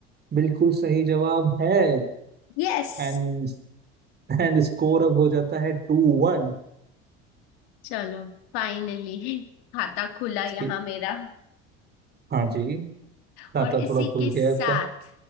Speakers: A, on the right; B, on the left.
A: बिल्कुल सही जवाब है
B: <laughs> यस
A: एंड एंड स्कोर अब हो जाता है टू वन
B: चलो फाइनली <laughs> खाता खुला यहाँ
A: ठीक
B: मेरा
A: हाँ जी खाता
B: और इसी
A: थोड़ा खुल
B: के
A: गया
B: साथ
A: है आपका